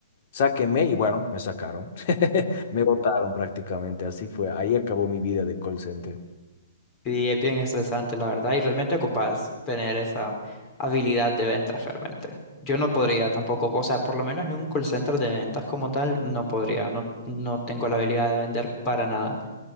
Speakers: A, on the left; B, on the left.
A: sáquenme y bueno, me sacaron. <laughs> Me botaron prácticamente, así fue. Ahí acabó mi vida de call center.
B: Y es bien estresante, la verdad, y realmente ocupas tener esa habilidad de ventas realmente. Yo no podría tampoco, o sea, por lo menos en un call center de ventas como tal, no podría, no, no tengo la habilidad de vender para nada.